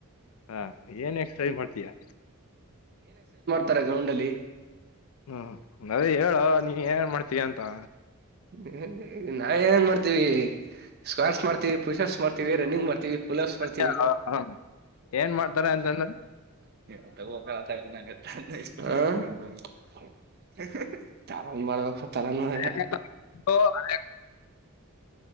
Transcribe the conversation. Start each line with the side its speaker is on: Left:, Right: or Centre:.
Left: ಹಾ ಏನ್ ಎಕ್ಸೈಸ ಮಾಡ್ತೀಯಾ?
Right: ತರ ಗ್ರೌಂಡಲ್ಲಿ.
Left: ಹ್ಮ್ ಅದೇ ಹೇಳೋ ನೀ ಏನ್ ಏನ್ ಮಾಡ್ತೀಯಾ ಅಂತಾ?
Right: ಹ್ಮ ಹ್ಮ್ ನಾ ಏನೇನ್ ಮಾಡ್ತೀವಿ? ಸ್ಕ್ವಾಡ್ಸ್ ಮಾಡ್ತಿವಿ ಪೂಷಪ್ಸ್ ಮಾಡ್ತಿವಿ ರನ್ನಿಂಗ್ ಮಾಡ್ತೀವಿ ಪುಲಪ್ಸ್ ಮಾಡ್ತವಿ
Left: ಹ ಹಾ ಏನ್ ಮಾಡ್ತಾರೆ ಅಂತಂದ್ರ
Right: <unintelligible> ಹ <unintelligible> ತಾರಣ್ ಮಾಡ್ಬೇಕು ತರಣುವೆ
Left: <unintelligible> <unintelligible>